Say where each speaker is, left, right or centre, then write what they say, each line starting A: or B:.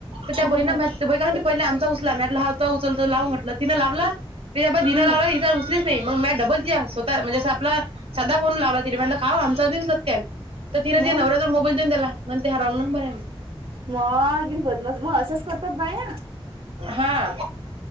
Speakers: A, on the right; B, on the right.
A: तर त्या
B: हम्म
A: बहीण
B: हम्म
A: म ते ब का ते पहिले आमचा उचला मटला हवता उचलतो लाव म्हट तिन लाला तेबाधिनं
B: हम्म
A: लावला इार उचली नाही मग म डबल स्वतः म्हणजे अस आपला सधदा फोन लावला तिला काा आमचास क तर तिं
B: मग
A: नवऱ्या तर म मोबाईल देऊन त्याला म्हण ते ह रा बर
B: मगिरी बद्मस मग असंच करतात बाया
A: हा